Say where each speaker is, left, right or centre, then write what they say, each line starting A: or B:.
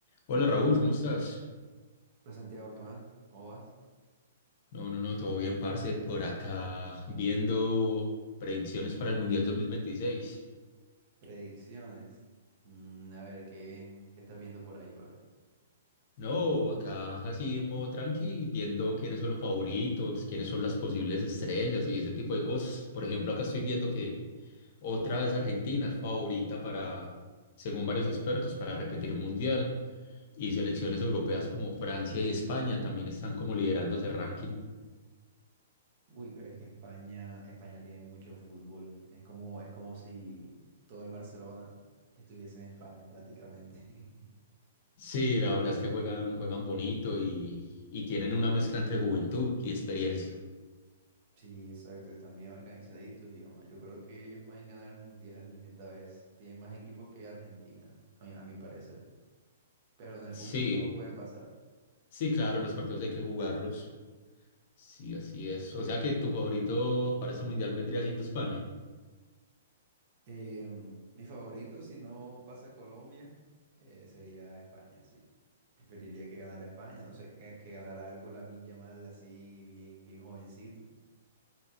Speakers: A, on the left; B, on the right.
A: Hola Raúl, ¿cómo estás?
B: Hola Santiago, ¿qué más? ¿Cómo vas?
A: No, no, no, todo bien, parce, por acá viendo predicciones para el Mundial 2026.
B: Predicciones. Mm, a ver, ¿qué, qué estás viendo por ahí, pa' ver?
A: No, acá así en modo tranqui, viendo quiénes son los favoritos, quiénes son las posibles estrellas y ese tipo de cosas. Por ejemplo, acá estoy viendo que otra vez Argentina es favorita para, según varios expertos, para repetir Mundial. Y selecciones europeas como Francia y España también están como liderando ese ranking.
B: Uy, pero es que España, España tiene mucho fútbol. Es como, es como si todo el Barcelona estuviese en España prácticamente. <laughs>
A: Sí, la verdad es que juegan, juegan bonito y, y tienen una mezcla entre juventud y experiencia.
B: Sí, exacto, están bien organizaditos y oh, yo creo que ellos pueden ganar el Mundial esta vez. Tienen más equipo que Argentina, a mi, a mi parecer. Pero en el fútbol
A: Sí,
B: todo puede pasar.
A: sí, claro, los partidos hay que jugarlos. Sí, así es. O sea que tu favorito para ese mundial vendría siendo España.
B: Eh, mi favorito, si no pasa Colombia, eh, sería España, sí. Preferiría que ganara España, no sé, que, que ganara algo Lamine Yamal así, bien, bien jovencito.